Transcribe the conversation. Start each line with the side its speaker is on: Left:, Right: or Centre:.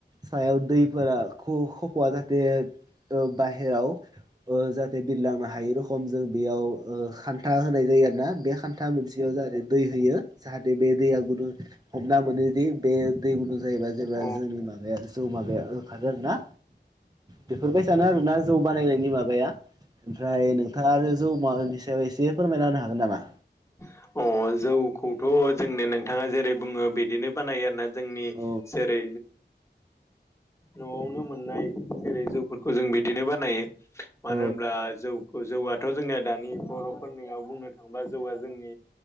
Right: सायाव दैफोरा ख खफवा जाहाथे ओ बाहेराव ओ जाहाथे बिरलांनो हायै रखम जों बेयाव ओ खान्था होनाय जायो। दै आरोना बे खान्था मोनसेयाव जाहाथे दै होयो जाहाथे बे दैया गुदुं हमना मोनोदि बे बेयो दै गुदुं जायोबा जेब्ला
Left: औ
Right: जोंनि माबाया जौ माबाया ओंखारो आरो ना। बेफोरबायसानो आरोना जौ बानायनायनि माबाया। ओमफ्राय नोंथाङा आरो जौमानि सायाव एसे फोरमायना होनो हागोन नामा?
Left: औ अ जौखौथ जोंनो नोंथाङा जेरै बुङो बिदिनो बानायो आरोना। जोंनि
Right: औ
Left: जेरै न'आवनो मोननाय जेरै जौफोरखौ जों बिदिनो बानायो। मानो
Right: औ
Left: होनोमब्ला जौ जौआथ' जोंनिया दानि बर'फोरनियाव बुंनो थांबा जौआ जोंनि